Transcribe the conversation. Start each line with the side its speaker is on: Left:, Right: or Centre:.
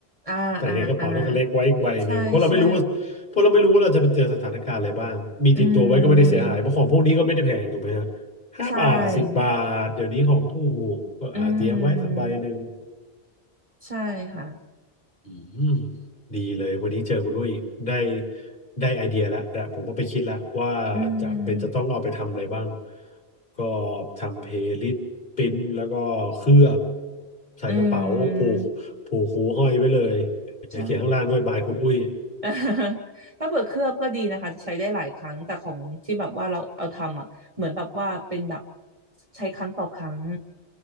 Right: อ่าอ่าอ่า
Left: ใส่ในกระเป๋าที่เขาเล็กไว้อีกใบหนึ่งเพราะเราไม่รู้ว่าเพราะเราไม่รู้ว่าเราจะไปเจอสถานการณ์อะไรบ้างมีติดตัวไว้ก็ไม่ได้เสียหายเพราะของพวกนี้ก็ไม่ได้แพงถูกไหมฮะ
Right: ใช่ใช่อืม
Left: ห้าบาทสิบบาทเดี๋ยวนี้ของถูกก็อาเตรียมไว้สักใบหนึ่ง
Right: ใช่อืมใช่ค่ะ
Left: อืมดีเลยวันนี้เจอคุณอุ้ยได้ได้ไอเดียแล้วแต่ผมก็ไปคิดแล้วว่า
Right: อื
Left: จะเป็นจะต้องเอาไปทำอะไรบ้าง
Right: ม
Left: ก็ทำเพลย์ลิสต์ปริ้นแล้วก็เคลือบใส่กระเป๋าผูกผูกหูห้อยไว้เลย
Right: อืม
Left: เดี๋ยวเขียนข้างล่างด้วยบายคุณอุ้ย
Right: ใช่ <laughs> ถ้าเปิดเคลือบก็ดีนะคะใช้ได้หลายครั้งแต่ของที่แบบว่าเราเอาทำอ่ะเหมือนแบบว่าเป็นแบบใช้ครั้งต่อครั้ง